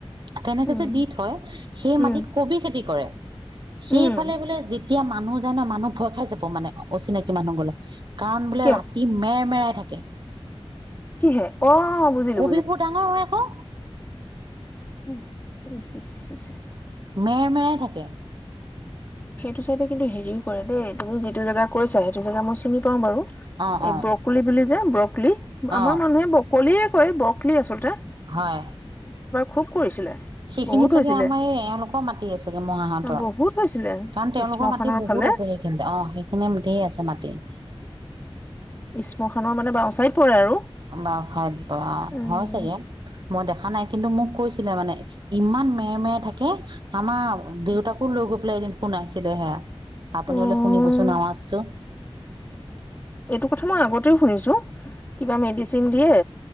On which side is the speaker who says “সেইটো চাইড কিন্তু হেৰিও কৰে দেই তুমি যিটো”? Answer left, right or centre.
Left